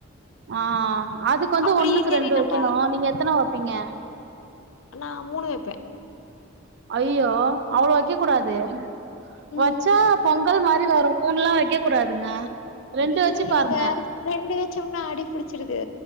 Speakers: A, on the right; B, on the left.
A: ஆ அதுக் வந்து
B: அப்படி
A: ஒன்னுக்கு
B: சரி
A: ரெண்டு
B: நம்ப
A: வெக்கணு நீங்க எத்தன வெப்பீங்க
B: நா மூணு வெப்பே
A: ஐயோ அவ்ளோ வெக்க கூடாது
B: ம்
A: வச்சா பொங்கல் மாரி வரு மூண்லா வெக்க கூடாதுங்க ரெண்டு
B: இல்ல
A: வெச்சி பாருங்க
B: எனக்கு ரெண்டு வெச்சம்னா அடி பிடிச்சிருது